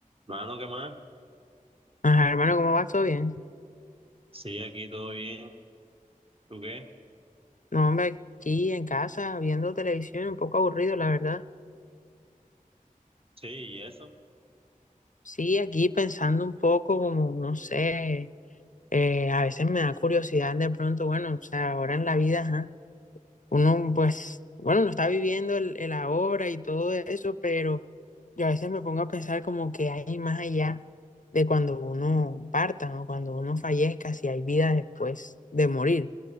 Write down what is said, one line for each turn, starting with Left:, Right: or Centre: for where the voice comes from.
Right: Mano, ¿qué más?
Left: Ajá, hermano, ¿cómo vas? ¿Todo bien?
Right: Sí, aquí todo bien. ¿Tú qué?
Left: No, hombre, aquí en casa, viendo televisión, un poco aburrido, la verdad.
Right: Sí, ¿y eso?
Left: Sí, aquí pensando un poco como, no sé, eh, a veces me da curiosidad de pronto, bueno, o sea, ahora en la vida, ajá, uno pues, bueno, no está viviendo el, el ahora y todo eso, pero yo a veces me pongo a pensar como que hay más allá de cuando uno parta o cuando uno fallezca, si hay vida después de morir.